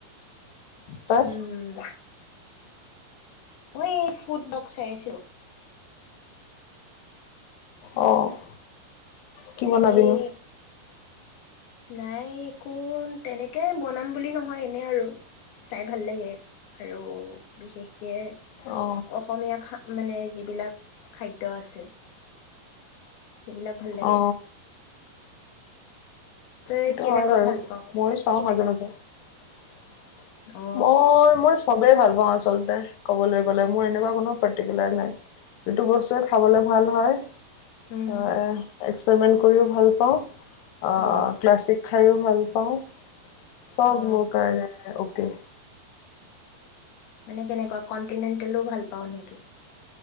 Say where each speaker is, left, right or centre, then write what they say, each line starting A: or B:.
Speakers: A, on the left; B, on the left.
A: তই
B: উম মই এই ফুড ব্লগ চাই আছো
A: অ'। কি বনাবিনো
B: এনেই নাই একো তেনেকে বনাম বুলি নহয় এনে আৰু চাই ভাল লাগে আৰু বিশেষকে
A: অ
B: অসমীয়া খা মানে যিবিলাক খাদ্য আছে সেইবিলাক ভাল লাগে।
A: অ
B: তই
A: সেইটো
B: কেনেকুৱা
A: হয় বাৰু
B: ভাল পাও
A: ময়ো চাওঁ মাজে মাজে উম
B: অ
A: মই মই সবেই ভাল পাওঁ আচলতে কবলৈ গ'লে মোৰ এনেকুৱা কোনো পাৰ্টিকুলাৰ নাই যিটো বস্তুৱে খাবলৈ ভাল
B: উম
A: হয়
B: উম
A: অ'। <unintelligible> কৰিও ভাল পাওঁ। অ'
B: উম
A: ক্লাছ খাইও ভাল পাওঁ। চব
B: অ
A: মোৰ কাৰণে। <inaudible>
B: মানে কেনেকুৱা কণ্টিনেণ্টেলো ভাল পাওঁ নেকি?